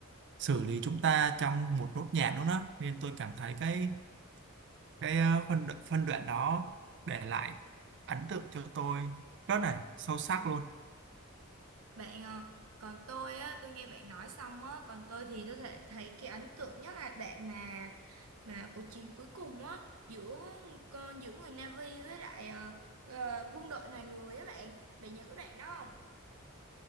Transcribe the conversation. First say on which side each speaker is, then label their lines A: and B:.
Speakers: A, on the right (about 55°); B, on the right (about 80°).
A: xử lý chúng ta trong một nốt nhạc luôn đó nên tôi cảm thấy cái cái ờ, phân đoạn, phân đoạn đó để lại ấn tượng cho tôi rất là sâu sắc luôn
B: Bạn ờ, còn tôi á, tôi nghe bạn nói xong á, còn tôi thì tôi thấy, thấy cái ấn tượng nhất là đoạn mà mà cuộc chiến cuối cùng á giữa con giữa người Navy với lại ờ, ờ, quân đội loài người á bạn. Bạn nhớ cái đoạn đó không?